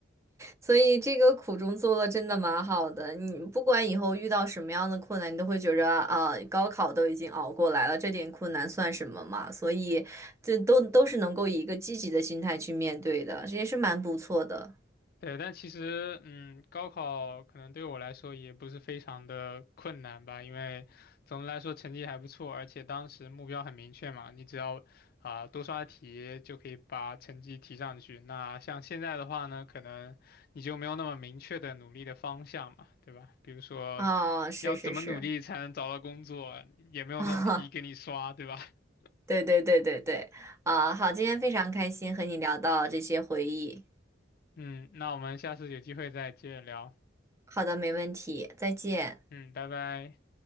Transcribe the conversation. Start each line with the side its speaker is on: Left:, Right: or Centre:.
Right: 所以这个苦中作乐真的蛮好的。你不管以后遇到什么样的困难，你都会觉着啊，高考都已经熬过来了，这点困难算什么嘛？所以这都都是能够以一个积极的心态去面对的，这也是蛮不错的
Left: <laughs> 对，但其实，嗯，高考可能对我来说也不是非常的困难吧，因为总的来说成绩还不错，而且当时目标很明确嘛，你只要啊、多刷题就可以把成绩提上去。那像现在的话呢，可能你就没有那么明确的努力的方向嘛，对吧？比如说，
Right: 啊。是是是
Left: 要怎么努力才能找到工作，也没有那种题给你刷，
Right: <laughs> 啊，
Left: 对吧？<laughs>
Right: 对对对对对啊，好，今天非常开心和你聊到这些回忆。
Left: 嗯，那我们下次有机会再接着聊。
Right: 好的，没问题，再见。
Left: 嗯，拜拜。